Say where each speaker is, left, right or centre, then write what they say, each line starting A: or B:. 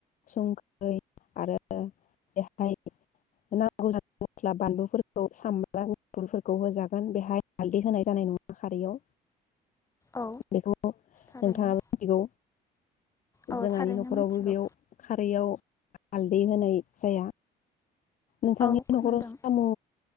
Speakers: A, on the left; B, on the left.
A: संख्रै आरो बेहाय नांगौ मस्ला बानलुफोरखौ सामब्राम गुफुरफोरखौ होजागोन बेहाय हालदै होनाय जानाय नङा खारैयाव
B: औ
A: बेखौ
B: थारैनो
A: नोंथाङा मिथिगौ
B: औ
A: जोंहानि
B: थारैनो
A: न'खरावबो
B: मिथिगौ
A: बेयाव खारैयाव हालदै होनाय जाया नोंथांनि
B: औ खोनादों
A: न'खराव साम'